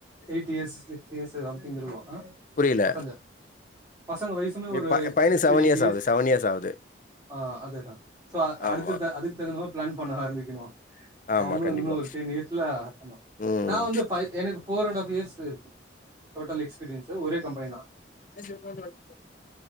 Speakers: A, on the right (about 20°); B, on the left (about 45°).
A: eight years six years something இருக்கு அ
B: புரியல.
A: பசங்க பசங்க வயசுமே ஒரு
B: எ ப பையனுக்கு
A: சிக்ஸ் டு எயிட் இயர்ஸ்
B: ஆகுது, ஆகுது.
A: ஆ அதேதா சோ அடுத்த
B: ஆமா,
A: அதுக்கு தகுந்த பிளான் பண்ண ஆரம்பிக்கணு
B: ஆமா.
A: அவங்களு
B: கண்டிப்பா.
A: இன்னு ஒரு டென் இயர்ஸ்ல ஆமா
B: ம்.
A: நான் வந்து பை எனக்கு போர் அண்ட் ஹாஃப் இயர்ஸ் இருக்கு டோட்டல் எக்ஸ்பீரியன்ஸ் ஒரே கம்பனி தா
B: <inaudible>